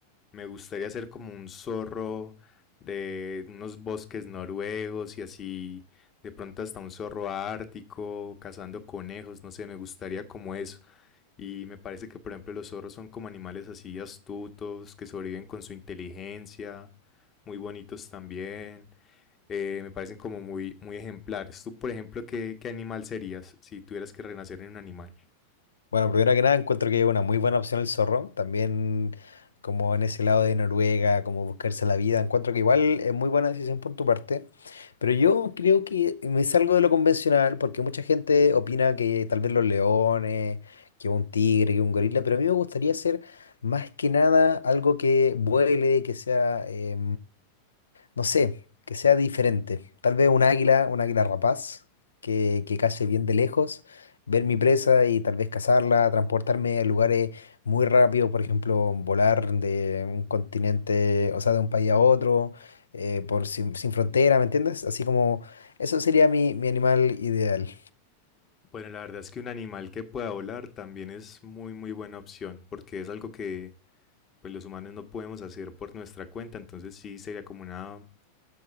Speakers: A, on the left; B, on the left.
A: me gustaría ser como un zorro de unos bosques noruegos y así, de pronto hasta un zorro ártico, cazando conejos, no sé, me gustaría como eso. Y me parece que, por ejemplo, los zorros son como animales así astutos, que sobreviven con su inteligencia, muy bonitos también. eh, me parecen como muy, muy ejemplares. Tú, por ejemplo, ¿qué, qué animal serías si tuvieras que renacer en un animal?
B: Bueno, primero que nada, encuentro que es una muy buena opción el zorro. También, como en ese lado de Noruega, como buscarse la vida, encuentro que igual es muy buena decisión por tu parte. Pero yo creo que me salgo de lo convencional porque mucha gente opina que tal vez los leones, que un tigre, que un gorila, pero a mí me gustaría hacer más que nada algo que vuele, que sea. eh, no sé, que sea diferente. Tal vez un águila, un águila rapaz, que, que case bien de lejos, ver mi presa y tal vez cazarla, transportarme a lugares muy rápido, por ejemplo, volar de un continente, o sea, de un país a otro, eh, por sin, sin frontera, ¿me entiendes? Así como, eso sería mi, mi animal ideal.
A: Bueno, la verdad es que un animal que pueda volar también es muy, muy buena opción, porque es algo que pues, los humanos no podemos hacer por nuestra cuenta. Entonces sí sería como una,